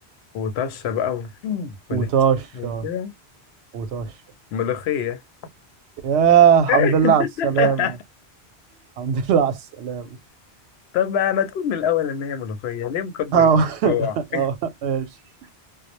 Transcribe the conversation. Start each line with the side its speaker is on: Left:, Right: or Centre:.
Left: وطشة بقى و- مم. ولهسة
Right: وطشة
Left: وكده
Right: وطشة
Left: ملوخية
Right: يا الحمد
Left: <laughs>
Right: لله على السلامة الحمد <laughs> لله على السلامة
Left: طب ما ما تقول من الأول إن هي ملوخية ليه مكبر
Right: اه <laughs>
Left: الموضوع <laughs>
Right: اه ماشي